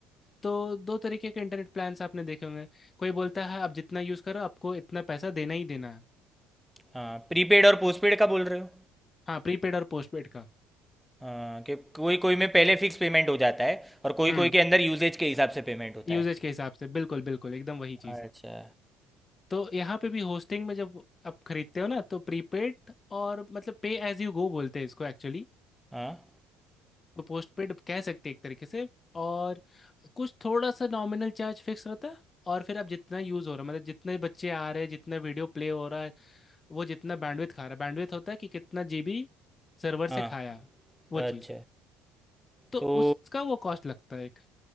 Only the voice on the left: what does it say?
तो दो तरीके के इंटरनेट प्लान्स आपने देखे होंगे कोई बोलता है आप जितना यूज करो आपको इतना पैसा देना ही देना है
हाँ प्रीपेड और पोस्टपेड का
हम्म
यूजेज
के हिसाब से बिल्कुल बिल्कुल एकदम वही चीज
तो यहाँ पे भी होस्टिंग में जब आप खरीदते हो ना तो प्रीपेड और मतलब पे एज यू गो बोलते हैं इसको एक्चुअली
तो पोस्टपेड कह सकते हैं एक तरीके से और कुछ थोड़ा सा नॉमिनल चार्ज फिक्स रहता है और फिर आप जितना यूज़ हो रहा है मतलब जितने बच्चे आ रहे हैं जितना वीडियो प्ले हो रहा है वो जितना बैंडविड्थ खा रहा है बैंडविड्थ होता है कि कितना जीबी सर्वर
से खाया वो
चीज़ तो
उसका वो कॉस्ट लगता है एक